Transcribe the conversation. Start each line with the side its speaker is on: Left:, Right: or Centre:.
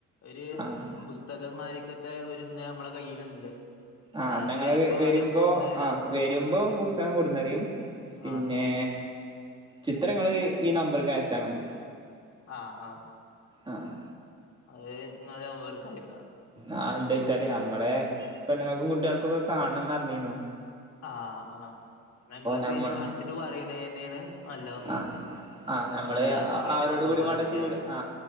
Left: ഒരു
Right: ആഹ്
Left: പുസ്തകം മാരിക്കത്തെ ഒരു ന്ന നമ്മളെ കയ്യിലുണ്ട്
Right: ആ
Left: ഞാൻ അന്ന്
Right: ഞങ്ങള് വരുമ്പോ
Left: ആണെങ്കി കൊടുന്ന് തരാം
Right: ആഹ് വരുമ്പോ പുസ്തകം കൊടുന്നളീ പിന്നെ
Left: ആഹ്
Right: ചിത്രങ്ങള് ഈ നമ്പർക്ക് അയച്ചാ മതി.
Left: ആഹ് ആഹ്
Right: ആഹ്
Left: അഹ് <unintelligible> വർക്കയക്കാം
Right: ആഹ് എന്താ വെച്ചാല് നമ്മളെ പെണ്ണുങ്ങൾക്കും കുട്ടികൾക്കും ഒക്കെ കാണണം എന്ന് പറഞ്ഞീന്നു
Left: ആഹ് ആഹ് ഇന്ന ഇങ്ങള്
Right: നമ്മൾ
Left: തീരുമാനിച്ചിട്ട് പറിയണ തന്നെയാണ് നല്ലത് ഒന്നും
Right: ആഹ്
Left: കൂടി
Right: ആഹ് നമ്മള്
Left: ഞമ്മക്ക് അതിന്റെ
Right: അവരോട്
Left: മട്ടം
Right: കൂടി
Left: പോലെ
Right: മടച്ചൂട്
Left: ചെയ്യാലോ
Right: ആ